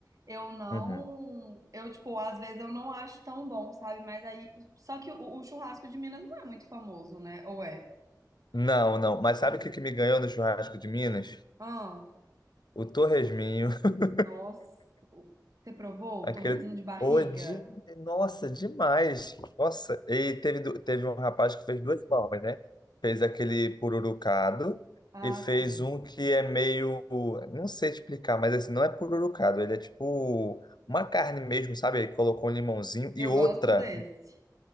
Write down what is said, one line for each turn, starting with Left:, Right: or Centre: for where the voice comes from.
Right: eu não...
Left: uhum.
Right: Eu, tipo, às vezes eu não acho tão bom, sabe? Mas aí... Só que o, o churrasco de Minas não é muito famoso, né? Ou é?
Left: Não, não. Mas sabe o que, que me ganhou no churrasco de Minas?
Right: Ah,
Left: O torresminho. <laughs>
Right: nossa, o- você provou
Left: Aquele.
Right: o torresmo de barriga?
Left: Ô, de... Nossa, demais. Nossa. E teve, du- teve um rapaz que fez duas formas, né? Fez aquele pururucado
Right: Ah,
Left: e fez
Right: sim.
Left: um que é meio. Não sei te explicar, mas assim, não é pururucado. Ele é tipo uma carne mesmo, sabe? Ele colocou um limãozinho
Right: Eu
Left: e outra.
Right: gosto desse.